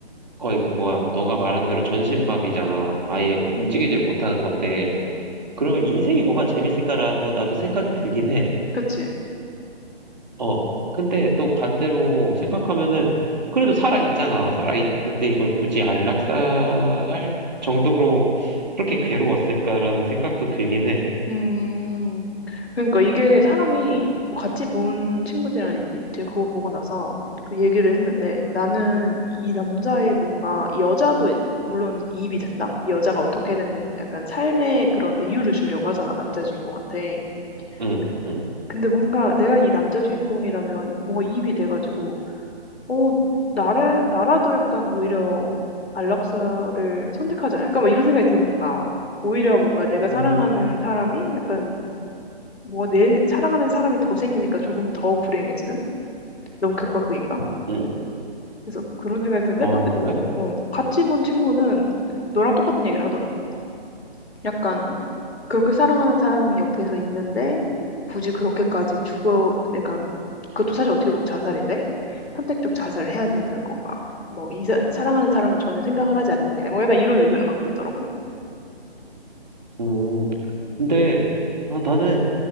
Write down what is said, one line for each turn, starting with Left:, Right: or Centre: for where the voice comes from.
Right: 거의, 뭐야, 너가 말한 대로 전신마비잖아. 아예
Left: 응,
Right: 움직이질 못하는 건데,
Left: 응,
Right: 그러면 인생이 뭐가 재밌을까라고 나도 생각이 들긴 해.
Left: 그치.
Right: 어. 근데 또 반대로 생각하면은 그래도 살아 있잖아. 살아 있는데 이걸 굳이 안락사할 정도로 그렇게 괴로웠을까라는 생각도 들긴 해.
Left: 음, 그러니까 이게 사람이 보- 같이 본 친구들이랑 이제 그거 보고 나서 그 얘기를 했는데 나는 이 남자의 뭔가 이 여자도 물론 이입이 된다? 이 여자가 어떻게든 약간 삶의 그런 이유를 주려고 하잖아, 남자 주인공한테.
Right: 응,
Left: 그-
Right: 응.
Left: 근데 뭔가 내가 이 남자 주인공이라면 뭔가 이입이 돼가지고, 어, 나라, 나라도 약간 오히려 안락사를 선택하지 않을까? 막 이런 생각이 드는 거야. 오히려 뭔가 내가 사랑하는
Right: 음,
Left: 사람이 약간 뭐 내 사랑하는 사람이 더 생기니까 조금 더 불행해지는? 너무 극과 극인가?
Right: 응.
Left: 그래서 그런 생각이 드는데
Right: 아,
Left: 또 내-
Right: 그래?
Left: 어, 같이 본 친구는 너랑 똑같은 얘기를 하더라고. 약간 그렇게 사랑하는 사람이 옆에서 있는데 굳이 그렇게까지 죽어 내가 그것도 사실 어떻게 보면 자살인데 선택적 자살을 해야 되는 건가? 뭐 이 사, 사랑하는 사람은 전혀 생각을 하지 않느냐? 뭐 약간 이런 의견을 갖고 있더라고.
Right: 음. 근데 아, 나는